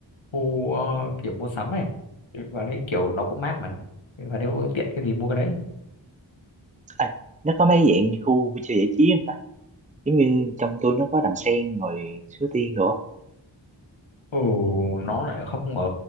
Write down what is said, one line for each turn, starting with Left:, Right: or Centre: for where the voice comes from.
Left: khu ờ, kiểu mua sắm này và đấy kiểu nó cũng mát mà và nếu tiện cái gì mua cái đấy
Right: à, nó có mấy dạng khu vui chơi giải trí không ta? giống như trong tôi nó có đàn sen rồi sứ tiên nữa
Left: ừ nó lại không ở